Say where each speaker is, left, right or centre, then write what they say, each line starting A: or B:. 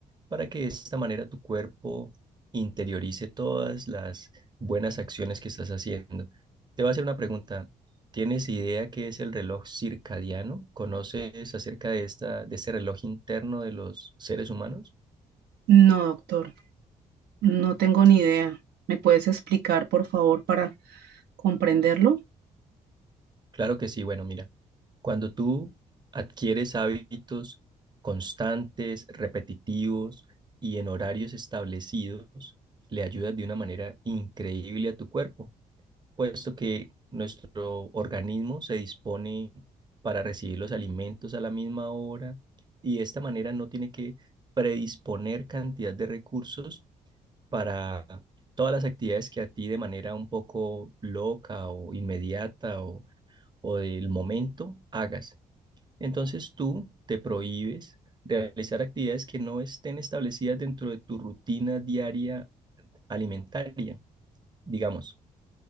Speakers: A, on the right (about 25°); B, on the right (about 70°).
A: para que de esta manera tu cuerpo interiorice todas las buenas acciones que estás haciendo. Te voy a hacer una pregunta. ¿Tienes idea qué es el reloj circadiano? ¿Conoces acerca de esta, de este reloj interno de los seres humanos?
B: No, doctor, no tengo ni idea. ¿Me puedes explicar, por favor, para comprenderlo?
A: Claro que sí. Bueno, mira, cuando tú adquieres hábitos constantes, repetitivos y en horarios establecidos, le ayudas de una manera increíble a tu cuerpo, puesto que nuestro organismo se dispone para recibir los alimentos a la misma hora y de esta manera no tiene que predisponer cantidad de recursos para todas las actividades que a ti de manera un poco loca o inmediata o o del momento hagas. Entonces tú te prohíbes de realizar actividades que no estén establecidas dentro de tu rutina diaria alimentaria. Digamos,